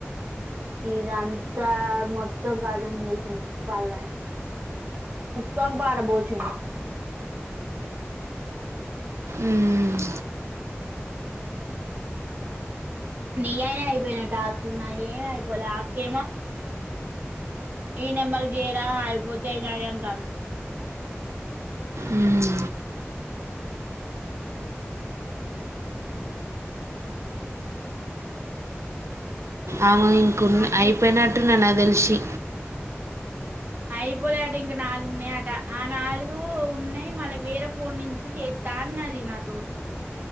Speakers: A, on the right; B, on the right.
A: ఇదంతా మొత్తం కాదని చేసింది పళని తోమ్ పడబోసింది. ఉ
B: ఉమ్
A: నీ అయిన అయిపోయినాయి టాస్క్లు నాయ్ ఏం అయిపోలే ఆ అక్క ఏమో ఈ నెంబర్ కి చేయిరా అయపోతేయి నాయ్ అంటాంది
B: ఉమ్, అవు ఇంక ఉ
A: అది
B: ఐ పోనాట్ న తెల్సి
A: అయిపోలే దట ఇంక నాలుగు ఉన్నాయట. ఆ నాలుగు ఉన్నయ్. మళ్ళీ వేరే ఫోన్ నుంచి చేత్తా. అన్నది నా తో